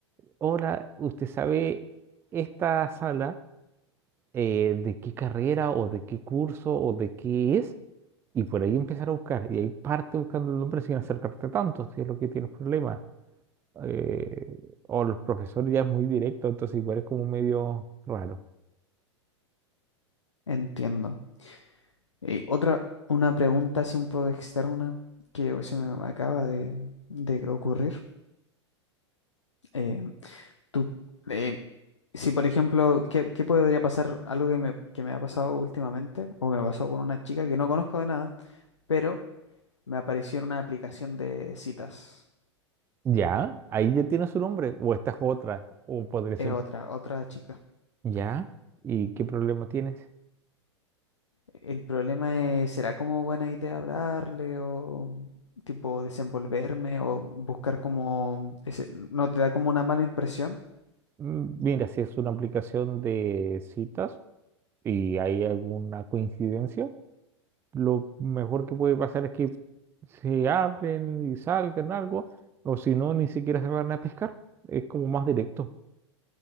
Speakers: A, on the right; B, on the left.
A: ahora usted sabe esta sala eh, de qué carrera o de qué curso o de qué es, y por ahí empezar a buscar. Y ahí parte buscando el nombre sin acercarte tanto, si es lo que tienes problemas. Eh, o los profesores ya es muy directo, entonces igual es como medio raro.
B: Entiendo. Y otra, una pregunta así un poco externa que se me acaba de, de ocurrir. Eh, ¿tú eh, Si, por ejemplo, ¿qué, qué podría pasar? Algo que me, que me ha pasado últimamente, o me pasó con una chica que no conozco de nada, pero me apareció en una aplicación de citas.
A: Ya, ahí ya tienes su nombre, o esta es otra, o podría ser
B: Es otra, otra chica.
A: ya, ¿y qué problema tienes?
B: El problema es, ¿será como buena idea hablarle o tipo desenvolverme o buscar como... ese- no te da como una mala impresión?
A: Mm, Mira, si es una aplicación de citas y hay alguna coincidencia, lo mejor que puede pasar es que se hablen y salgan algo, o si no, ni siquiera se van a pescar. Es como más directo,